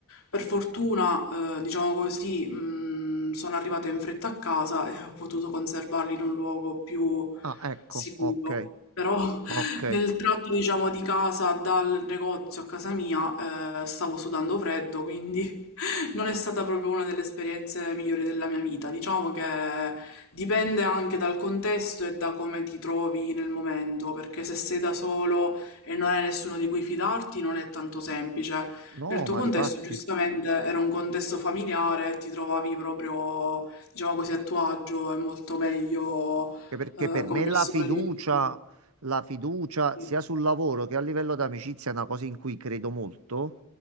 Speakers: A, on the left; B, on the right.
A: Per fortuna, eh, diciamo così, mh, sono arrivata in fretta a casa e ho potuto conservarli in un luogo più
B: Ah, ecco,
A: sicuro.
B: ok.
A: Però <laughs>
B: Ok,
A: nel tratto, diciamo, di casa dal negozio a casa mia, eh, stavo sudando freddo, quindi non è stata proprio una delle esperienze migliori della mia vita. Diciamo che dipende anche dal contesto e da come ti trovi nel momento, perché se sei da solo e non hai nessuno di cui fidarti, non è tanto semplice.
B: no,
A: Nel tuo
B: ma
A: contesto,
B: di fatti,
A: giustamente, era un contesto familiare, ti trovavi proprio, diciamo così, a tuo agio e molto meglio,
B: Che perché
A: eh,
B: per
A: con
B: me
A: persone
B: la fiducia,
A: di
B: la fiducia
A: Sì,
B: sia sul lavoro che a livello d'amicizia è una cosa in cui credo molto.